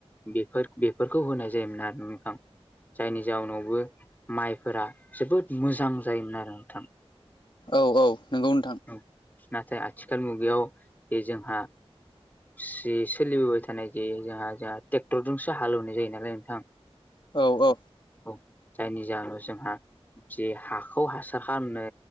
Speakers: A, on the left; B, on the left.
A: बेफोर बेफोरखौ होनाय जायोमोन आरो नोंथां। जायनि जाउनावबो माइफोरा जोबोद मोजां जायोमोन आरो नोंथां।
B: औ औ नोंगौ नोंथां।
A: औ नाथाय आथिखाल मुगायाव बे जोंहा सि सोलिबोबाय थानाय जे जोंहा जोंहा ट्रेक्टरजोंसो हालेवनाय जायो नालाय नोंथां
B: औ औ
A: औ जायनि जाहोनाव जोंहा जे हाखौ हासार खालामनो